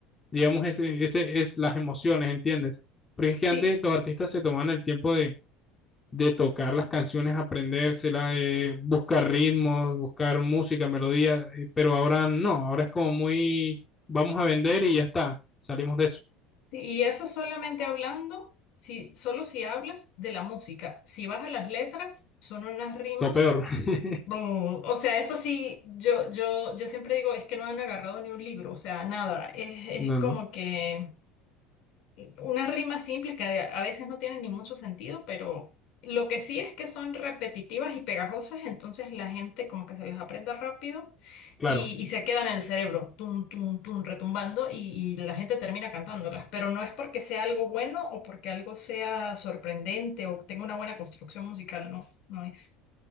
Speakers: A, on the left (about 20°); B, on the left (about 60°).
A: digamos, ese, ese es las emociones, ¿entiendes? Porque es que
B: sí,
A: antes los artistas se tomaban el tiempo de, de tocar las canciones, aprendérselas, de buscar ritmos, buscar música, melodías eh, pero ahora no, ahora es como muy, vamos a vender y ya está, salimos de eso,
B: sí. y eso solamente hablando, si, solo si hablas de la música. Si vas a las letras, son unas rimas.
A: eso peor. <laughs>
B: bu- O sea, eso sí, yo, yo, yo siempre digo, es que no han agarrado ni un libro, o sea, nada. Es,
A: No,
B: es como
A: no,
B: que unas rimas simples que a a veces no tienen ni mucho sentido, pero lo que sí es que son repetitivas y pegajosas, entonces la gente como que se las aprende rápido
A: claro,
B: y, y se quedan en el cerebro, tum, tum, tum, retumbando y, y la gente termina cantándolas, pero no es porque sea algo bueno o porque algo sea sorprendente o tenga una buena construcción musical, no, no es.